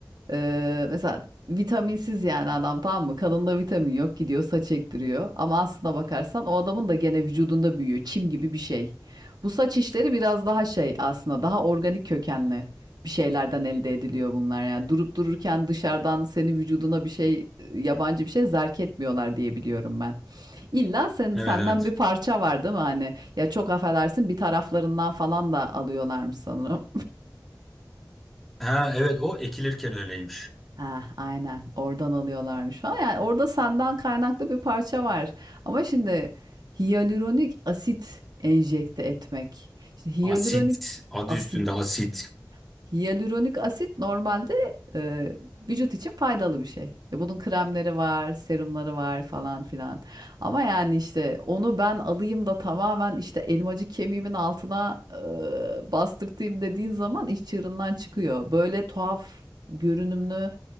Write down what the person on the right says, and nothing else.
Ee, mesela vitaminsiz yani adam tamam mı? Kanında vitamin yok gidiyor saç ektiriyor. Ama aslına bakarsan o adamın da gene vücudunda büyüyor. Çim gibi bir şey. Bu saç işleri biraz daha şey aslında daha organik kökenli bir şeylerden elde ediliyor bunlar. Yani durup dururken dışarıdan senin vücuduna bir şey e, yabancı bir şey zerk etmiyorlar diye biliyorum ben. İlla sen,
senden
bir parça var değil mi? Hani ya çok affedersin bir taraflarından falan da alıyorlarmış sanırım.
Ha, aynen oradan alıyorlarmış falan. Yani orada senden kaynaklı bir parça var. Ama şimdi hyaluronik asit enjekte etmek. İşte hyaluronik
asit
Hyaluronik asit normalde e, vücut için faydalı bir şey. E, Bunun kremleri var, serumları var falan filan. Ama yani işte onu ben alayım da tamamen işte elmacık kemiğimin altına e, bastırtayım dediğin zaman iş çığırından çıkıyor. Böyle tuhaf görünümlü